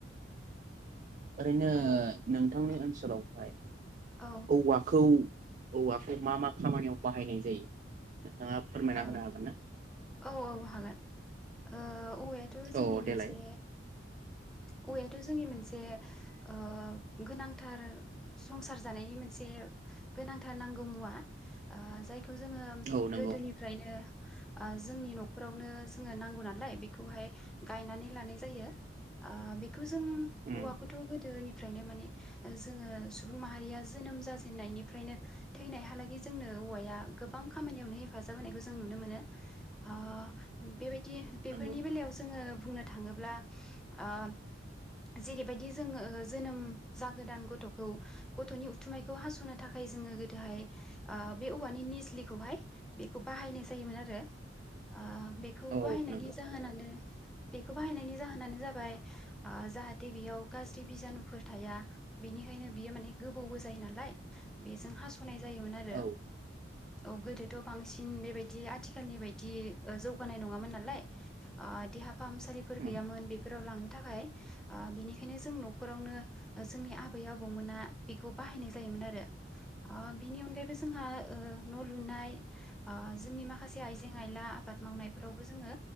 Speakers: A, on the right (about 45°); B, in the centre.
A: ओरैनो
B: ओ
A: नोंथांनि
B: औ
A: ओनसोलावहाय
B: औ
A: औवाखौ औवाखौ मा मा खामानियाव बाहायनाय जायो? नोंथाङा फोरमायना
B: औ
A: होनो हागोन ना
B: औ औ औ हागोन। ओ औवायाथ' जोंनि
A: औ
B: मोनसे
A: देलाय
B: औवायाथ' जोंनि मोनसे जे ओ गोनांथार संसार जानायनि मोनसे गोनांथार नांगौ मुवा ओ जाय खौ जोङो
A: औ नंगौ
B: गोदोनिफ्रायनो ओ जोंनि न'खरावनो जोङो नांगौ नालाय बेखौहाय गायनानै लानाय जायो। ओ बे खौ जों
A: उम
B: औवाखौथ' गोदोनि फ्रायनो माने जोङो सुबुं माहारिया जोनोम जाजेननायनिफ्रायनो थैनायहालागै जोंनो औवाया गोबां खामानियावनो हेफाजाब होनायखौ जों नुनो मोनो हा बेबायदि बेफोरनि
A: नंगौ
B: बेलायाव जोङो बुंनो थाङोब्ला आं जेरैबायदि जोङो जोनोम जागोदान गथ'खौ गथ'नि उथुमायखौ हास'नो थाखाय जोङो गोदोहाय ओ बे औवानि निजलिखौहाय बेखौ बाहायनाय जायोमोन आरो आ बेखौ
A: औ
B: बाहायनायनि
A: नंगौ
B: जाहोनानो बेखौ बाहायनायनायनि जाहोनानो जाबाय जाहाथे बेयाव गाज्रि बिजानुफोर थाया बिनिखायनो बियो माने गोबौबो जायो नालाय बेजों हास'नाय जायोमोन आरो
A: औ
B: औ गोदोथ' बांसिन बेबायदि आथिखालनि बायदि जौगानाय नङामोन नालाय आ देहा फाहामसालि
A: उम
B: गैयामोन बेफोराव लांनो थाखाय ओ बेनिखायनो जों न'खरावनो जोंनि आबै आबौमोना बेखौ बाहायनाय जायोमोन आरो आ बिनि अनगायैबो जोंहा ओ न' लुनाय आ जोंनि माखासे आइजें आइला आबाद मावनायफोरावबो जोङो